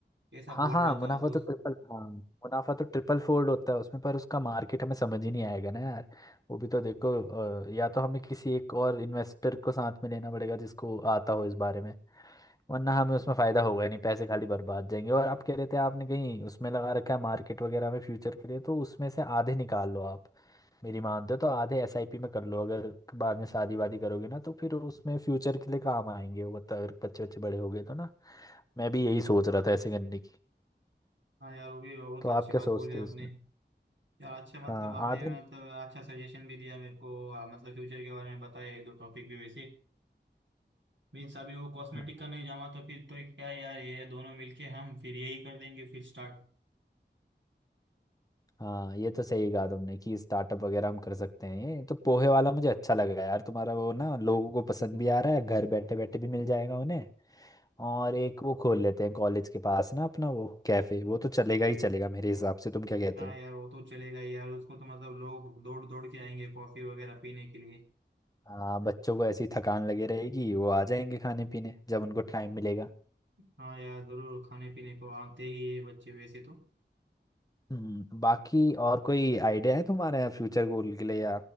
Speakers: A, on the right; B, on the left.
A: ऐसा
B: हाँ
A: बोल
B: हाँ
A: रहा
B: मुनाफा
A: था वो दोस्त
B: तो ट्रिपल हाँ मुनाफा तो ट्रिपल फोल्ड होता है उसमें पर उसका मार्केट हमें समझ ही नहीं आएगा ना यार वो भी तो देखो अ, या तो हमें किसी एक और इन्वेस्टर को साथ में लेना पड़ेगा जिसको आता हो इस बारे में वरना हमें उसमें फायदा होगा नहीं पैसे खाली बर्बाद जाएंगे और आप कह रहे थे आपने कहीं उसमें लगा रखा है मार्केट वगैरह में फ्यूचर के लिए तो उसमें से आधे निकाल लो आप मेरी मान दो तो आधे एसआईपी में कर लो अगर बाद में शादी वादी करोगे ना तो फिर उसमें फ्यूचर के लिए काम आएंगे वो बत- अगर बच्चे बच्चे बड़े हो गए तो ना मैं भी यही सोच रहा था ऐसे करने की
A: हाँ यार वो भी बहुत
B: तो
A: अच्छी
B: आप
A: बात
B: क्या सोचते
A: बोली आपने
B: हो इसमें
A: यार अच्छा मतलब
B: हाँ
A: आपने
B: आधे
A: मतलब अच्छा सजेशन भी दिया मेरे को आ, मतलब फ्यूचर के बारे में बताया एक दो टॉपिक भी वैसे मीन्स अभी वो कॉस्मेटिक
B: हाँ।
A: का नहीं जमा तो फिर तो क्या यार ये दोनों मिलके हम फिर यही कर देंगे फिर स्टार्ट
B: हाँ ये तो सही कहा तुमने कि स्टार्टअप वगैरह हम कर सकते हैं ये तो पोहे वाला मुझे अच्छा लगा यार तुम्हारा वो ना लोगों को पसंद भी आ रहा है घर बैठे बैठे भी मिल जाएगा उन्हें और एक वो खोल लेते हैं कॉलेज के पास ना अपना वो कैफे वो तो चलेगा ही चलेगा मेरे हिसाब से तुम क्या कहते
A: हाँ
B: हो
A: यार वो तो चलेगा ही यार उसको तो मतलब लोग दौड़ दौड़ के आएंगे कॉफी वगैरह पीने के लिए
B: हाँ बच्चों को ऐसी थकान लगे रहेगी वो आ जाएंगे खाने पीने जब उनको टाइम मिलेगा
A: हाँ यार जरूर खाने पीने को आते ही है बच्चे वैसे तो
B: हम्म, बाकी और कोई आइडिया है तुम्हारे फ्यूचर गोल के लिए या